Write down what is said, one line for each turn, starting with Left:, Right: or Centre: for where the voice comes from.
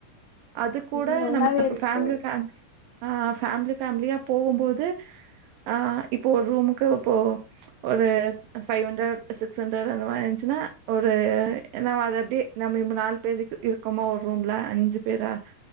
Right: அது கூட
Left: இது நல்லாவே
Right: நம்ம
Left: இருக்கு
Right: ஃபேமிலி ஃபேமிலி ஆ ஃபேமிலி ஃபேமிலியா போகும் போது ஆ இப்போ ஒரு ரூமுக்கு இப்போ ஒரு ஃபைவ் ஹண்டரட் சிக்ஸ் அண்ரட்டு அந்த மாறி இருந்துச்சுன்னா ஒரு நம்ம அத அப்டியே நம்ம இம் நாலு பேருக்கு இரு க்கமா ஒரு ரூம்ல அஞ்சு பேரா